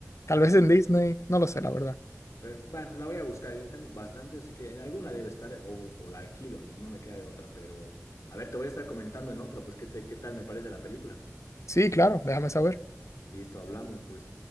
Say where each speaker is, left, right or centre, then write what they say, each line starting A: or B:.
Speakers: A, on the left; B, on the left.
A: Tal
B: ah,
A: vez en Disney, no lo sé, la verdad.
B: pero, bueno, la voy a buscar, yo tengo bastante, así que en alguna debe estar o, o la alquilo, ni no me queda de otra, pero a ver, te voy a estar comentando en otra, pues qué, te- qué tal me parece la película.
A: Sí, claro, déjame saber.
B: Listo, hablamos, pues.